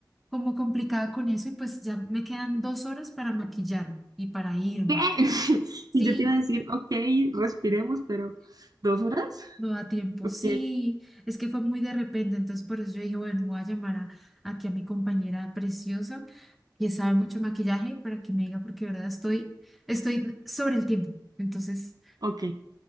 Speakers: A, in the centre; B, on the right.
A: como complicada con eso y pues ya me quedan dos horas para maquillarme y para irme.
B: ¿Qué? <laughs>
A: Sí,
B: Y yo te iba a decir, ok, respiremos, pero ¿dos horas?
A: no da tiempo,
B: Ok,
A: sí, es que fue muy de repente, entonces por eso yo dije, bueno, voy a llamar a, aquí a mi compañera preciosa que sabe mucho de maquillaje para que me diga porque de verdad estoy, estoy sobre el tiempo. Entonces,
B: ok.